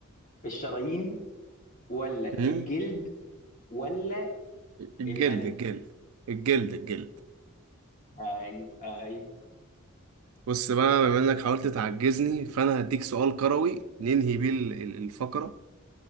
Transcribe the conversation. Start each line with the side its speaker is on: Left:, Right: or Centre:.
Left: الشرايين ولا
Right: أمم؟
Left: الجلد ولا
Right: الجلد
Left: القلب
Right: الجلد الجلد الجلد
Left: ايوه ايوه
Right: بص بقى بما انك حاولت تعجزني فانا هديك سؤال كروي ننهي بيه ال- ال- الفقرة